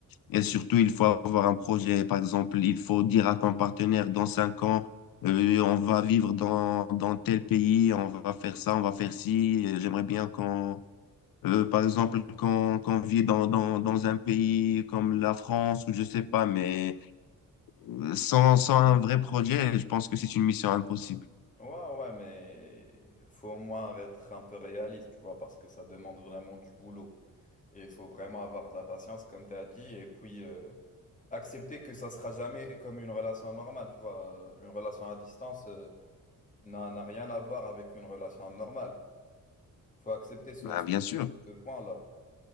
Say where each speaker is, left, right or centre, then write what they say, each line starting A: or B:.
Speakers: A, on the left; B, on the left.
A: Et surtout, il faut avoir un projet. Par exemple, il faut dire à ton partenaire, dans cinq ans, euh, on va vivre dans, dans tel pays, on va faire ça, on va faire ci. Euh, J'aimerais bien qu'on, euh, par exemple, qu'on qu'on vit dans, dans, dans un pays comme la France ou je sais pas, mais euh, sans, sans un vrai projet, je pense que c'est une mission impossible.
B: Ouais, ouais, mais faut au moins être un peu réaliste, tu vois, parce que ça demande vraiment du boulot. Et il faut vraiment avoir de la patience, comme tu as dit, et puis... euh, accepter que ça sera jamais comme une relation normale, tu vois. Euh, Une relation à distance euh, n'a n'a rien à voir avec une relation normale. Faut accepter ce,
A: Ben,
B: ce-
A: bien sûr.
B: ce- ce point-là.